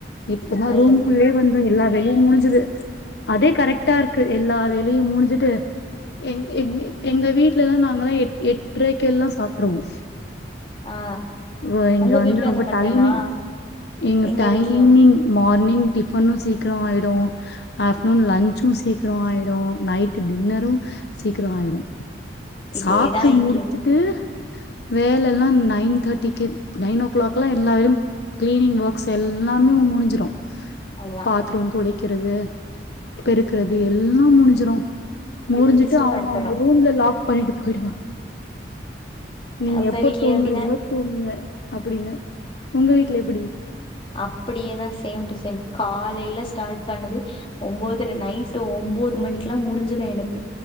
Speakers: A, on the left; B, on the left.
A: இப்பதா
B: நல்லது
A: ரூம்க்குள்ளயே வந்து எல்லா வேலையு முடிஞ்சது அதே கரெக்ட்டா இருக்கு எல்லா வேலையு முடிஞ்சுட்டு எங் எங் எங்க வீட்ல எல்லா நாங்கல்லா எ எட்டரைக்கெல்லா சாப்ட்ருவோ
B: ஆ ஆ
A: வ இங்க
B: உங்க
A: வந்து
B: வீட்லயு
A: ரொம்ப
B: அந்த மாரிதானா
A: டைமிங் இங்க
B: எங்க
A: டைமிங்
B: வீட்லயு
A: மார்னிங் டிஃபன்னு சீக்கிரோ ஆயிடு ஆஃப்டர்நூன் லன்சு சீக்கிரோ ஆயிடு நைட் டின்னரு சீக்கிரோ ஆயிடு
B: இதேதா
A: சாப்ட்டு
B: இங்கயு
A: முடிச்சிட்டு வேல எல்லா நயன் தேர்ட்டிக்கி நயன் ஓ கிளாக்ல்லா எல்லா வேலையு கிளீனிங் வொர்க்ஸ் எல்லாமே முடிஞ்சிரு
B: அவ்ளோதா
A: பாத்தரோ தொலைக்கிறது பெருக்குறது எல்லா முடிஞ்சிரு முடிஞ்சிட்டு
B: முடிச்சுட்டு
A: அவங்க
B: படுத்துறோ
A: அவங்க ரூம்ல லாக் பண்ணிட்டு போயிடுவாங்க நீங்க
B: உங்க
A: எப்ப
B: வீட்லயு
A: தூங்குறீங்களோ
B: அப்டிதா
A: தூங்குங்க அப்டின்னு உங்க வீட்டுல எப்டி
B: அப்டியேதா சேம் டு சேம் காலையில ஸ்டார்ட் பண்ணது ஒம்போதர நைட் ஒம்போது மணிக்கு எல்லா முடிஞ்சுரு எனக்கு